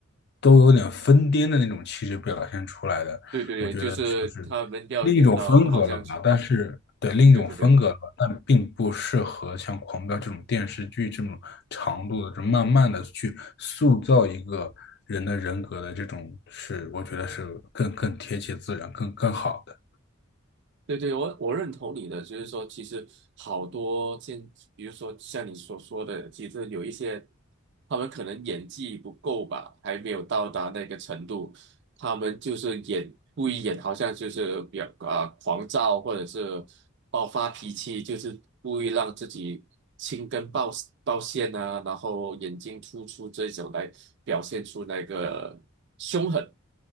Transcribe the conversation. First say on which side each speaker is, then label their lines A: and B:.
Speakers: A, on the left (about 50°); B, on the right (about 50°).
A: 都有点疯癫的那种气质表现出来的，
B: 对对对，
A: 我觉得就是
B: 就是他们要演到好像，
A: 另一种风格了吧，但是对另一种风格了吧，
B: 对对对。
A: 但并不适合像《狂飙》这种电视剧这种长度的，这慢慢的去塑造一个人的人格的这种是，我觉得是更更贴切自然、更更好的。
B: 对对，我我认同你的，就是说，其实好多现，比如说像你所说的，其实有一些他们可能演技不够吧，还没有到达那个程度，他们就是演故意演，好像就是比较啊、狂躁或者是爆发脾气，就是故意让自己青筋暴暴现啊，然后眼睛突出这种来表现出那个凶狠。